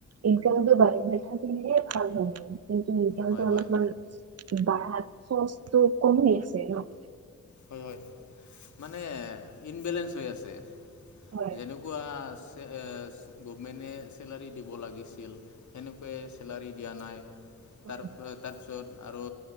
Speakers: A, on the right (about 55°); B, on the left (about 75°).
A: ইনকামতটো বাঢ়ি নাথাকিলেহে ভাল হয়। কিন্তু এতিয়াতো
B: হয়
A: অলপমান
B: হয়
A: বাঢ়া খৰচটো কমেই আছে ন।
B: হয় হয় মানে ইনবেলেঞ্চ হৈ আছে।
A: হয়
B: যেনেকুৱা চে এ গভমেণ্টে চেলাৰী দিব লাগিছিল। সেনেকুৱে চেলাৰী দিয়া নাই
A: হয়
B: তাৰ তাৰপিছত আৰু